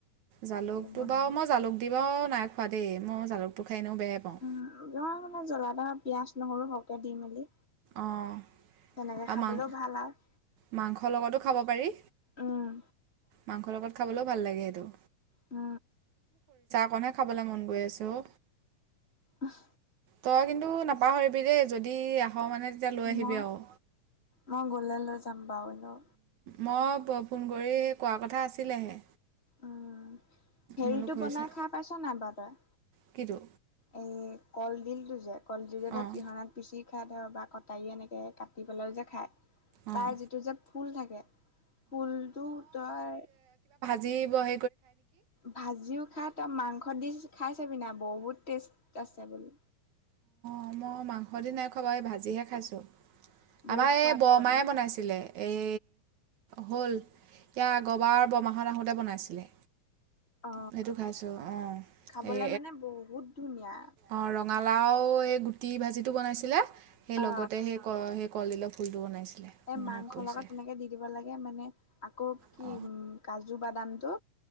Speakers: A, on the right; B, on the left.
A: জালুকটো
B: বোলো বনাই
A: বাৱ মই জালুক দি বাৱ নাই খোৱা দেই মই জালুকটো খাই এনেও বেয়াই পাওঁ
B: উম নহয় মানে জলা এটা পিয়াজ নহৰু সৰহকে দি মেলি
A: অঁ
B: তেনেকে
A: আৰু
B: খাবলৈও
A: মাং
B: ভাল আৱ
A: মাংসৰ লগতো খাব পাৰি
B: উম
A: মাংসৰ লগত খাবলৈও ভাল লাগে সেইটো
B: অ
A: কন হে খাবলে মন গৈ আছে অ
B: অহ
A: তই কিন্তু নাপাহৰিবি দেই যদি মানে তেতিয়া লৈ আহিবি
B: মই
A: আৰু
B: মই গ'লে লৈ যাম বাৰু এনেও
A: মই ফ ফোন কৰি সেই কোৱা কথা আছিলেহে
B: উম হেৰিটো
A: মোলৈ খৰিচা
B: বনাই খাই পাইছ নাই বাৱ তই
A: কিটো
B: এই কলডিলটো যে কলডিল এটা
A: অঁ
B: পিহনাত পিচি খাই ধৰক বা কটাৰী এনেকে কাটি পেলাইও যে খায়
A: অঁ
B: তাৰ যিটো যে ফুল থাকে ফুলটো তই
A: যি বহ
B: ভাজিও খাই তই মাংসত দি খাই চাবি না বহুত টেষ্ট আছে বোলো
A: ম মই মাংস দি নাই খোৱা বাৱ এই ভাজিহে খাইছো
B: বহুত
A: আমাৰ
B: সোৱাদ
A: এই বৰমায়ে
B: পাবি
A: বনাইছিলে এই হ'ল ইয়া আগৰবাৰ বৰমাহঁত আহোতে বনাইছিলে
B: অ
A: সেইটো খাইছো অ
B: খাবলে
A: এ
B: মানে বহুত ধুনীয়া
A: অ ৰঙালাও সেই গুটি ভাজিটো বনাইছিলে সেই
B: অ
A: লগতে সেই সেই কলডিলৰ ফুলটো বনাইছিলে
B: এ
A: মনত
B: মাংস
A: পৰিছে
B: লগত তেনেকে দি দিব লাগে মানে আকৌ কি
A: অ',
B: উম কাজু বাদামটো